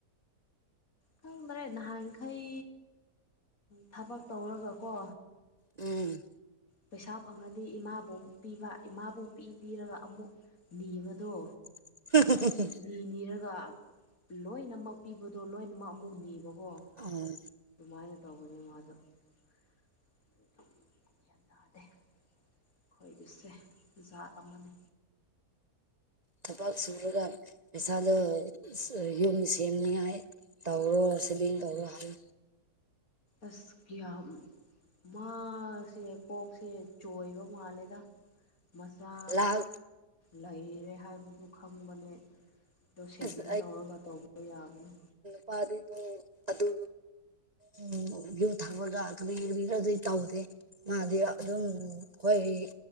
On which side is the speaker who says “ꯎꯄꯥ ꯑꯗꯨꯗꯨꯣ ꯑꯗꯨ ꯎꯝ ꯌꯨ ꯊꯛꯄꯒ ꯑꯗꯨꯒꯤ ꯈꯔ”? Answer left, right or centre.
Right